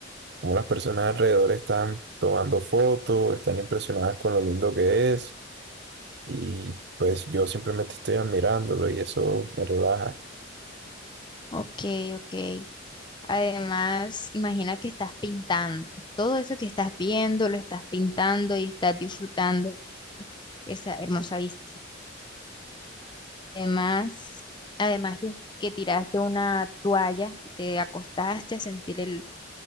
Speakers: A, on the right (about 55°); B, on the left (about 25°).
A: Como las personas alrededor están tomando fotos, están impresionadas con lo lindo que es y pues yo simplemente estoy admirándolo y eso me relaja.
B: Ok, ok. Además, imagina que estás pintando. Todo eso que estás viendo lo estás pintando y estás disfrutando esa hermosa vista. Además, además que, que tiraste una toalla y te acostaste a sentir el,